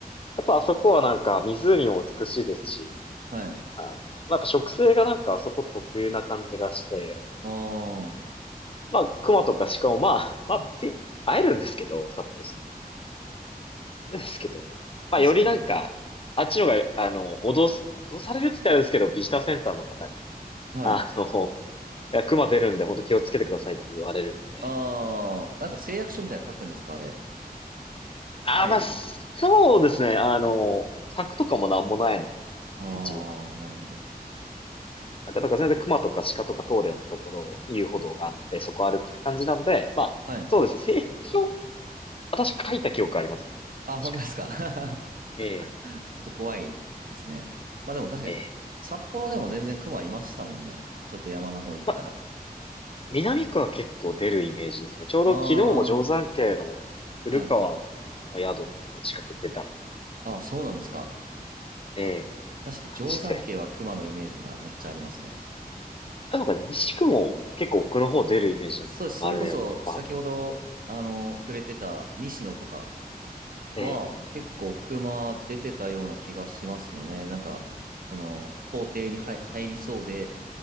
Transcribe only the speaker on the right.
はい。
ああ。
<laughs>
確かに。
はい。
ああ、なんか誓約書みたいなの書くんですかあれ。
入るとき。
ああ、なるほど。
はい。
あ、本当ですか。
<laughs>
ちょっと怖いですね。まあでも確かに、
札幌でも全然熊いましたもんね。ちょっと山の方行ったら。
ああ、はい。
ああ、そうなんですか。
確かに定山渓は熊のイメージがめっちゃありますね。
そうです。
それこそ先ほど、
あの、触れてた西野とか
は結構熊出てたような気がしますね。ねなんか、その、校庭に入入りそうで、